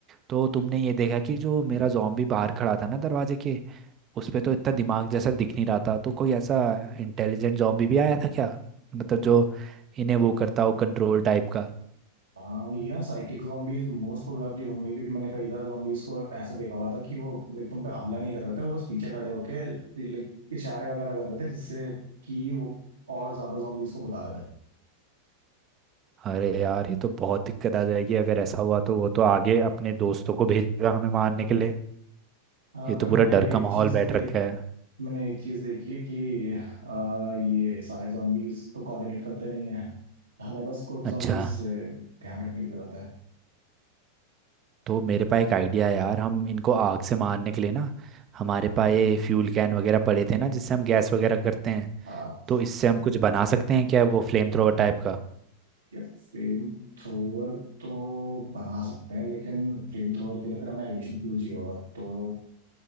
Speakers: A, on the right; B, on the right.
A: तो तुमने ये देखा कि जो मेरा जॉम्बी बाहर खड़ा था ना दरवाजे के उस पे तो इतना दिमाग जैसा दिख नहीं रहा था तो कोई ऐसा इंटेलिजेंट जॉम्बी भी आया था क्या मतलब जो इन्हें वो करता हो कंट्रोल टाइप का
B: हाँ यार साइकिक zombies मोस्ट प्रोबेबली होंगे क्योंकि मैंने कई सारे zombies को ऐसे देखा हुआ था कि वो लाइक तुम पे हमला नहीं कर रहे थे वो बस पीछे खड़े होके लाइक इशारे वगैरह कर रहे थे जिससे कि वो और ज्यादा zombies को बुला रहे थे
A: अरे यार ये तो बहुत दिक्कत आ जाएगी अगर ऐसा हुआ तो वो तो आगे अपने दोस्तों को भेजेगा हमें मारने के लिए
B: आ,
A: ये तो
B: पर
A: पूरा
B: मैंने
A: डर
B: एक
A: का माहौल
B: चीज
A: बैठ
B: देख
A: वही रखा है
B: मैंने एक चीज देखी है कि आ, ये सारे zombies तो कोऑर्डिनेट करते नहीं है हमें बस कुछ
A: अच्छा
B: zombies से ध्यान रखने की जरूरत है
A: तो मेरे पास एक आइडिया है यार हम इनको आग से मारने के लिए ना हमारे पास ये फ्यूल कैन वगैरह पड़े थे ना जिससे हम गैस वगैरह करते हैं
B: हाँ।
A: तो इससे हम कुछ बना सकते हैं क्या वो फ्लेम थ्रोवर टाइप का
B: या फ्लेम थ्रोवर तो बना सकते हैं लेकिन फ्लेम थ्रोवर के लिए फिर हमें एडिशनल फ्यूल चाहिए होगा तो